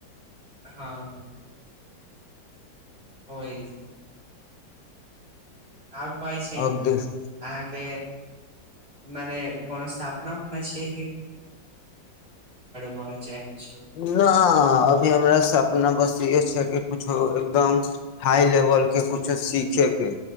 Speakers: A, on the right; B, on the left.
A: हँ ओहि से और पाई छै
B: अब
A: ने
B: देख
A: अहाँके मने कोनो स्थापना मा‍छियै वर चाहे कुछो
B: ना अभी हमरा सपना बस ईहे छै कुछो एकदम हाई लेवल के कुछो सीखे के